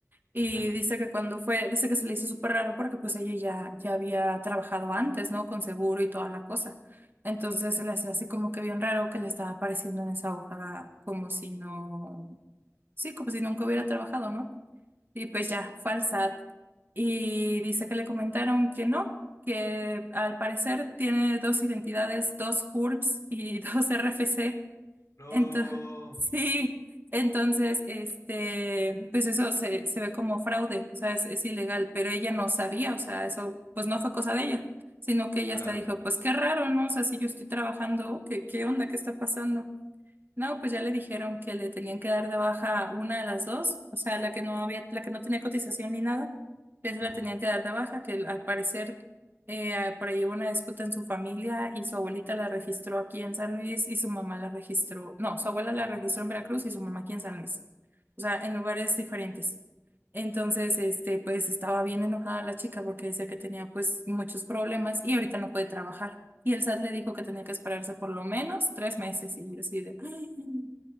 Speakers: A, on the right (about 40°); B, on the left (about 80°).
A: Y
B: Ujú.
A: dice que cuando fue, dice que se le hizo súper raro porque pues ella ya, ya había trabajado antes, ¿no? Con seguro y toda la cosa. Entonces se le hacía así como que bien raro que le estaba apareciendo en esa hoja como si no Sí, como si nunca hubiera trabajado, ¿no? Y pues ya, fue al SAT. Y dice que le comentaron que no, que al parecer tiene dos identidades, dos CURPS y <laughs> dos RFC.
B: No,
A: Entonces, sí, entonces, este, pues eso se, se ve como fraude, o sea, es, es ilegal, pero ella no sabía, o sea, eso pues no fue cosa de ella, sino que ella
B: claro.
A: hasta dijo, pues qué raro, ¿no? O sea, si yo estoy trabajando, ¿qué, qué onda? ¿Qué está pasando? No, pues ya le dijeron que le tenían que dar de baja una de las dos, o sea, la que no había, la que no tenía cotización ni nada, ya se
B: Ujú.
A: la tenían que dar de baja, que al parecer eh, por ahí hubo una disputa en su familia y su abuelita la registró aquí en San Luis y su mamá la registró, no, su abuela la registró en Veracruz y su mamá aquí en San Luis, o sea, en lugares diferentes. Entonces, este, pues estaba bien enojada la chica porque decía que tenía pues muchos problemas y ahorita no puede trabajar. Y el SAT le dijo que tenía que esperarse por lo menos tres meses y yo así de, <gasps>